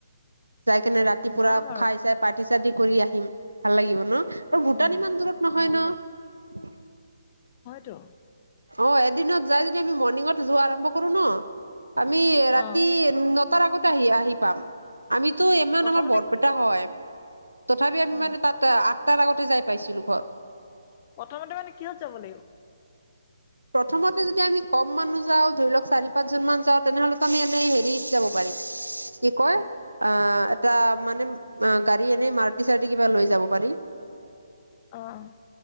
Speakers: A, on the right (about 85°); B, on the left (about 30°).
A: যাই কেনে ৰাতি পুৰা
B: যাম আৰু
A: খাই চাই পাৰ্টি চাৰ্টি কৰি আহ হিম ভাল লাগিব ন'। ত ভূটান
B: উম
A: ইমান দূৰত নহয়
B: ভাল
A: ন'।
B: টো
A: অ', এদিনত যাই যদি আমি মৰ্ণিঙত যোৱা আৰম্ভ কৰো ন'। আমি ৰাতি
B: অ
A: নটাৰ আগত <unintelligible> আহি পাম আমি ত' ইমান
B: প্ৰথমতে
A: আমাৰ বৰপেটা
B: কি
A: হয় তথাপি আমি
B: অ
A: মানে তাতে আঠ তাৰ আগতে যাই পাইছিলো ঘৰ।
B: প্ৰথমতে মানে কিহত যাব লাগিব?
A: প্ৰথমতে যদি আমি কম মানুহ যাওঁ ধৰি লওঁক চাৰি পাঁচ জন মান যাওঁ তেনেহলেতো আমি এনেই হেৰিত যাব পাৰিম, কি কয় অ', এটা মানে অ', গাড়ী এনেই মাৰুতি-চাৰুতি কিবা লৈ যাব পাৰি।
B: অ'।